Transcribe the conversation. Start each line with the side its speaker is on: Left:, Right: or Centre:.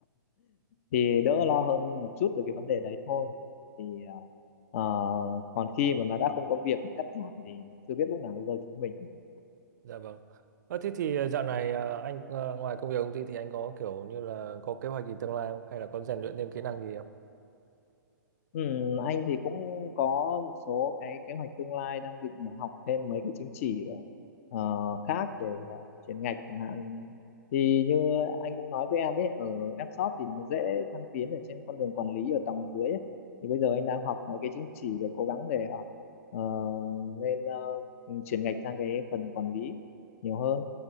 Left: thì đỡ lo hơn một chút về cái vấn đề đấy thôi thì ờ, ờ, còn khi mà nó đã không có việc nó cắt giảm thì chưa biết lúc nào nó rơi chúng mình
Right: Dạ vâng. Ờ, thế thì ờ, dạo này ờ, anh ờ, ngoài công việc công ty thì anh có kiểu như là có kế hoạch gì tương lai không? Hay là có rèn luyện thêm kỹ năng gì không?
Left: Ừ, anh thì cũng có một số cái kế hoạch tương lai đang định là học thêm mấy cái chứng chỉ ờ, khác để uh, chuyển ngạch chẳng hạn thì như anh cũng nói với em ấy ở Fshop thì nó dễ thăng tiến ở trên con đường quản lý ở tầng dưới ấy. thì bây giờ anh đang học mấy cái chứng chỉ để cố gắng để ờ, ờ, lên ờ, chuyển ngạch sang cái phần quản lý nhiều hơn